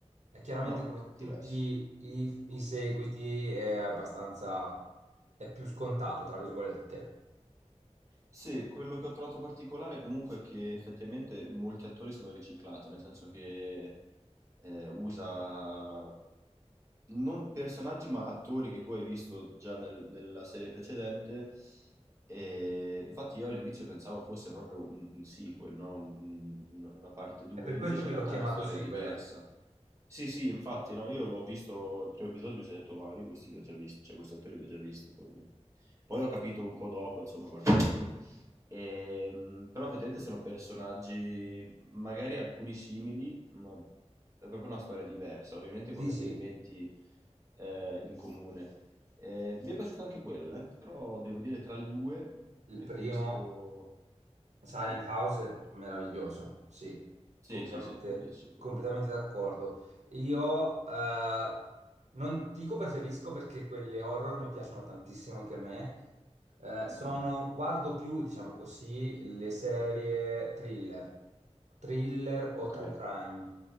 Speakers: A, on the right (about 80°); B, on the right (about 25°).
A: è chiaramente
B: No,
A: come tutti
B: diverso.
A: i, i seguiti è abbastanza, è più scontato, tra virgolette.
B: Sì, quello che ho trovato particolare comunque è che effettivamente molti attori sono riciclati, nel senso che eh, usa non personaggi ma attori che tu hai visto già nel- nella serie precedente. E infatti io all'inizio pensavo fosse proprio un, un sequel, no? Un- un- un- una parte 2,
A: È per questo
B: invece
A: che
B: in
A: l'ho
B: realtà
A: chiamato
B: è una storia
A: sequel.
B: diversa. Sì, sì, infatti, no, io l'ho visto il primo episodio e mi sono detto, ma io questi li ho già visti, cioè questi attori li ho già visti, poi, mi- poi ho capito un po' dopo, insomma, guardandolo. Ehm, però effettivamente sono personaggi, magari alcuni simili, ma è proprio una storia diversa, ovviamente
A: Sì,
B: con degli
A: sì,
B: elementi eh, in comune. Eh, mi è piaciuta anche quella, eh, Però devo dire tra le due
A: il
B: preferisco...
A: primo Silent
B: Sì,
A: House è
B: pre-
A: meraviglioso, sì,
B: sì,
A: completamente,
B: sì, sì, bellissimo quello.
A: completamente d'accordo. Io eh, non dico preferisco perché quelle horror mi piacciono tantissimo anche a me. Eh,
B: Mhm.
A: sono, guardo più, diciamo così, le serie thriller, thriller
B: Ok,
A: o true crime.